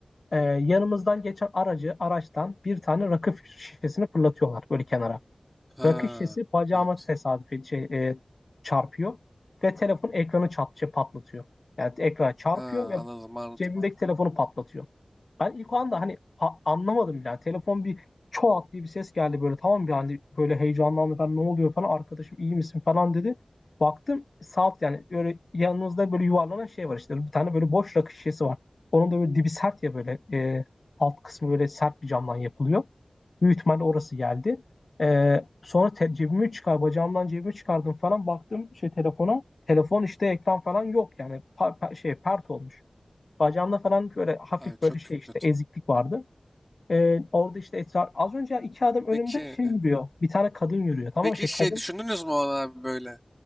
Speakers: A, on the left (about 65°); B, in the centre.
A: Ee, yanımızdan geçen aracı araçtan bir tane rakı şişesini fırlatıyorlar böyle kenara.
B: ha,
A: Rakı şişesi bacağıma
B: evet.
A: tesadüf şey, e, çarpıyor ve telefon ekranı çat, şey, patlatıyor. Yani ekrana çarpıyor
B: Ha,
A: ve
B: anladım, anladım,
A: cebimdeki
B: anladım.
A: telefonu patlatıyor. Ben ilk o anda hani ha- anlamadım bile. Yani telefon bir çoğalt diye bir ses geldi böyle tamam bir hani böyle heyecanlandı ben ne oluyor falan arkadaşım iyi misin falan dedi. Baktım saat yani böyle yanınızda böyle yuvarlanan şey var işte bir tane böyle boş rakı şişesi var. Onun da böyle dibi sert ya böyle e, alt kısmı böyle sert bir camdan yapılıyor. Büyük ihtimalle orası geldi. E, sonra te- cebimi çıkar bacağımdan cebimi çıkardım falan baktım şey telefona. Telefon işte ekran falan yok yani Pa- pa- şey pert olmuş. Bacağımda falan böyle hafif
B: Abi çok
A: böyle şey işte
B: kötü.
A: eziklik vardı. Ee, orada işte esrar az önce iki adım önümde
B: Peki,
A: şey yürüyor. Bir tane kadın yürüyor. Tamam
B: peki
A: mı? Şey
B: şey
A: kadın
B: düşündünüz mü ona abi böyle?